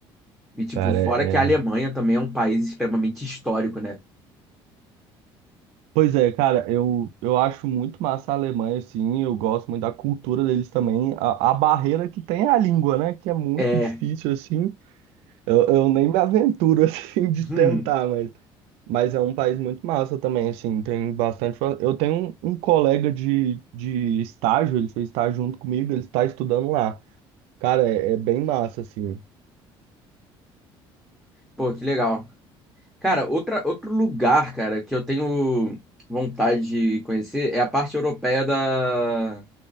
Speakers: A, in the centre; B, on the right (about 80°).
A: E, tipo,
B: Cara,
A: fora
B: é.
A: que a Alemanha
B: é.
A: também é um país extremamente histórico, né?
B: Pois é, cara, eu, eu acho muito massa a Alemanha, assim, eu gosto muito da cultura deles também. A, a barreira que tem é a língua, né? Que é muito
A: É.
B: difícil, assim. Eu, eu nem me aventuro, <laughs> assim, de
A: Hum,
B: tentar, mas, mas é um país muito massa também, assim, tem bastante. fa- Eu tenho um, um colega de, de estágio, ele fez estágio junto comigo, ele está estudando lá. Cara, é, é bem massa, assim.
A: pô, que legal. Cara, outra, outro lugar, cara, que eu tenho vontade de conhecer é a parte europeia da,